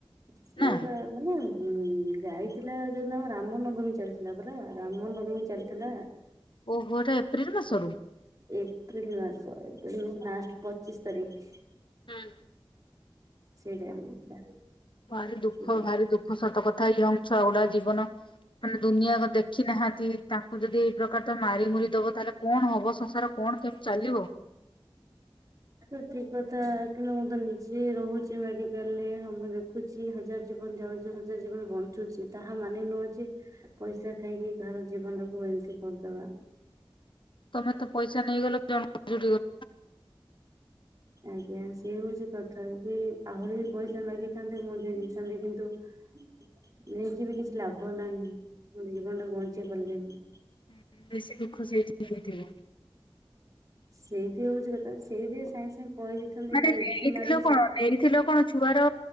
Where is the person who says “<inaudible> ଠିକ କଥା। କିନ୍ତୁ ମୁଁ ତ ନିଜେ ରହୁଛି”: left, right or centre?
Right